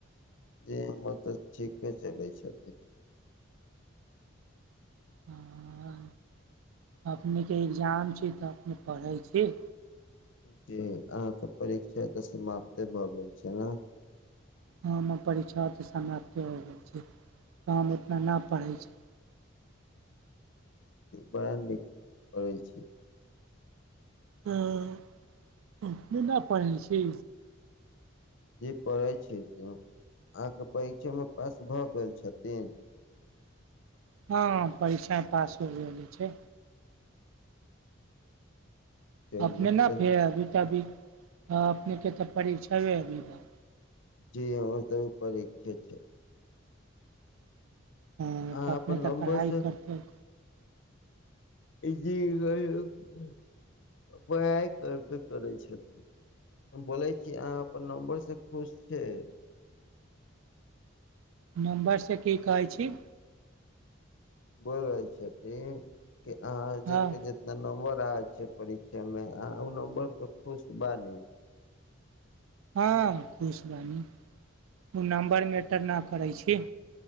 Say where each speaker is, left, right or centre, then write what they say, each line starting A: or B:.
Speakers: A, on the left (about 60°); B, on the right (about 75°).
A: जे हमर तऽ ठीके चलैत छथिन
B: ह अपनेके एग्जाम छी तऽ अपने पढ़ै छी
A: जी अहाँके परीक्षा तऽ समाप्ते भऽ गेल छै ने
B: हम हम परीक्षा तऽ समाप्ते हो गेल छै तऽ हम उतना नहि पढ़ै छी
A: बयन नहि करै छै
B: हँ ने नहि पढ़ै छी
A: जेी पढ़ै छै आहके परीक्षामे पास भऽ गेल छथिन
B: हँ पैसा पास हो रहले छै
A: चलू
B: अपने न
A: तऽ
B: फेर अभी तऽ अभी हँ अपनेके तऽ परीक्षबे अभी बात
A: जी हमर तनि परीक्षे छै
B: हाँ
A: अहाँ
B: तऽ अपने
A: अपन
B: तऽ
A: नम्बर
B: पढ़ाइ
A: से
B: करबै
A: जी हम पढ़ाई करबे करै छै की हम बोलै छी अहाँ अपन नम्बर से खुश छै
B: नम्बरसे की कहै छी
A: बोल रहैल छथिन के अहाँ
B: हँ
A: के जितना नम्बर छै परीक्षा मेमे आ ओ नबर पर खुश बानी
B: हँ खुशबानी ओ नम्बर मेटर ना करै छी